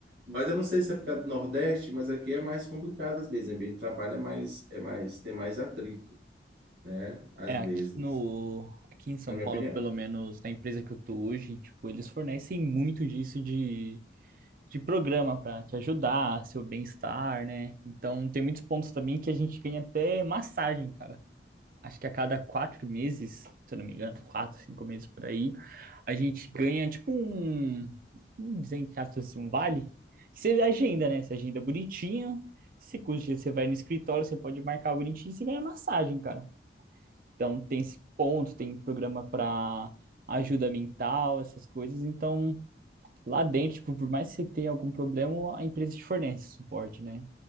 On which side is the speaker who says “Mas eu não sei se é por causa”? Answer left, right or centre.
Right